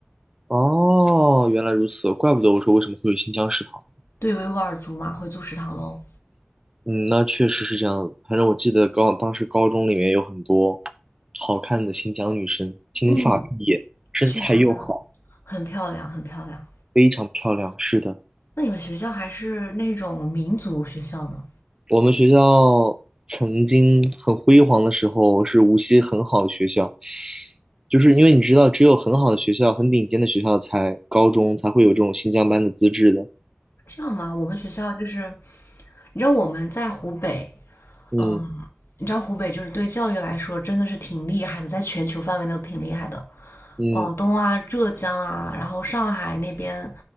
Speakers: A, on the right; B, on the left.
A: 哦，原来如此，怪不得我说为什么会有新疆食堂。
B: 对维吾尔族嘛，回族食堂喽。
A: 嗯，那确实是这样子。反正我记得高当时高中里面有很多好看的新疆女生，金发碧眼，
B: 嗯，
A: 身材又好，
B: 确实他们很漂亮，很漂亮。
A: 非常漂亮。是的，
B: 那你们学校还是那种民族学校呢？
A: 我们学校曾经很辉煌的时候，是无锡很好的学校，就是因为你知道，只有很好的学校、很顶尖的学校才高中才会有这种新疆班的资质的。
B: 这样吗？我们学校就是，你知道我们在湖北，
A: 嗯
B: 嗯，你知道湖北就是对教育来说真的是挺厉害的，在全球范围内都挺厉害的。
A: 嗯
B: 广东啊、浙江啊，然后上海那边，